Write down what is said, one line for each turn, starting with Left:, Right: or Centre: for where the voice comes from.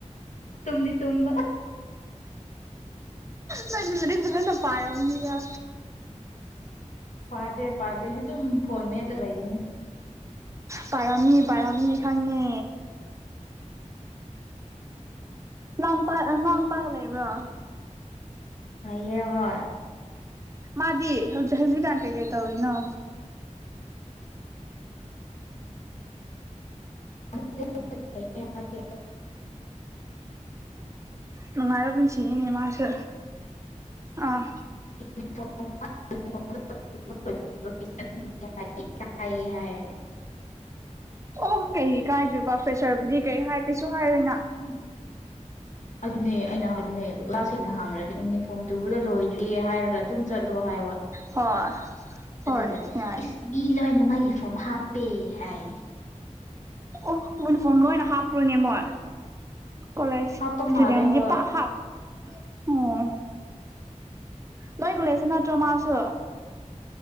Left: ꯇꯨꯝꯗꯤ ꯇꯨꯝꯝꯕ
Right: ꯅꯣꯏ ꯂꯩꯗꯤꯅ ꯄꯥꯏꯔꯝꯅꯤꯔ
Left: ꯄꯥꯗꯦ ꯄꯥꯗꯦ ꯑꯗꯨꯝ ꯐꯣꯟ ꯃꯦꯠꯂ ꯂꯩꯔꯤꯅꯦ
Right: ꯄꯔꯝꯅꯤ ꯄꯔꯝꯅꯤ ꯑꯦꯈꯥꯟꯅꯦ ꯂꯣꯡ ꯄꯥꯛ ꯂꯣꯡꯄꯥꯛꯥꯛ ꯂꯩꯕ꯭ꯔꯣ
Left: ꯌꯦ ꯍ
Right: ꯃꯥꯗꯤ ꯍꯧꯖꯤꯛ ꯍꯧꯖꯤꯛꯀꯥꯡ ꯀꯩꯀꯩ ꯇꯧꯔꯤꯅꯣ
Left: <unintelligible>
Right: ꯅꯨꯡꯉꯥꯏꯔ ꯄꯨꯟꯁꯤꯉꯅꯦ ꯃꯥꯁꯨ ꯑꯥ
Left: <unintelligible> <unintelligible>
Right: ꯑꯣ ꯀꯩ ꯀꯥꯏꯗꯣꯏꯕ ꯐ꯭ꯔꯦꯁꯔꯕꯨꯗꯤ ꯀꯩ ꯍꯥꯏ ꯀꯩꯁꯨ ꯍꯥꯏꯔꯣꯏꯅ
Left: ꯎꯝ ꯑꯗꯨꯅꯦ ꯑꯩꯅ ꯍꯥꯏꯕꯅꯦ ꯑꯣꯖꯥꯁꯤꯡꯅ ꯍꯥꯡꯉꯗꯤ ꯌꯨꯅꯤꯐꯣꯔꯝ ꯇꯨꯕꯗ ꯂꯣꯏꯗ꯭ꯔꯦ ꯍꯥꯏꯔꯒ ꯑꯗꯨꯝ ꯆꯠꯂꯣ ꯍꯥꯏꯕ
Right: ꯍꯣꯏ ꯍꯣꯏ
Left: ꯑꯗꯨꯒ
Right: ꯌꯥꯏ
Left: ꯏꯁ ꯃꯤ ꯂꯣꯏꯅ ꯃꯥꯒꯤ ꯐꯣꯝ ꯍꯥꯞꯄꯦ ꯍꯥꯏ
Right: ꯑꯣ ꯌꯨꯅꯤꯐꯣꯔꯝ ꯂꯣꯏꯅ ꯍꯥꯞꯄ꯭ꯔꯣꯅꯦ ꯃꯣꯏ ꯀꯣꯂꯦꯖ ꯏꯁꯇꯨꯗꯦꯟꯗꯤ
Left: ꯍꯥꯞꯄ ꯃꯥꯜꯂꯦ ꯍꯣꯏ
Right: ꯄꯥꯛ ꯍꯥꯞ ꯑꯣ ꯂꯣꯏ ꯈꯨ ꯂꯩꯁꯦ ꯅꯠꯇ꯭ꯔꯣ ꯃꯥꯁꯨ